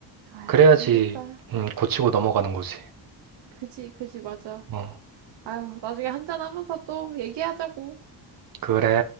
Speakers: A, on the right (about 65°); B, on the right (about 50°).
A: 아휴,
B: 그래야지,
A: 그러겠다.
B: 음, 고치고 넘어가는 거지.
A: 그지, 그지, 맞아.
B: 어,
A: 아유, 나중에 한잔하면서 또 얘기하자고.
B: 그래.